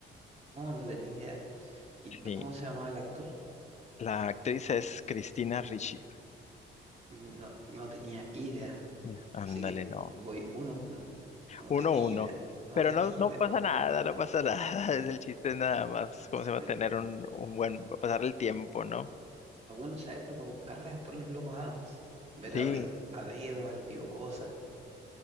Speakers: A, on the right; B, on the left.
A: No, no tenía idea. ¿Y c-
B: Sí.
A: cómo se llamaba el actor?
B: La actriz es Cristina Ricci.
A: No, no tenía idea.
B: Eh, Ándale,
A: Así que
B: no.
A: voy uno a uno. No
B: uno
A: tenía
B: uno.
A: idea. No
B: Pero
A: tenía
B: no,
A: idea.
B: no pasa nada, no pasa nada. <laughs> Es el chiste nada más, ¿cómo se va
A: Eh,
B: a tener un, un buen, pasar el tiempo, ¿no?
A: Está bueno saberlo para buscarla después los locos Adams. Ver
B: Sí,
A: a, de- a dedo, al tío Cosa.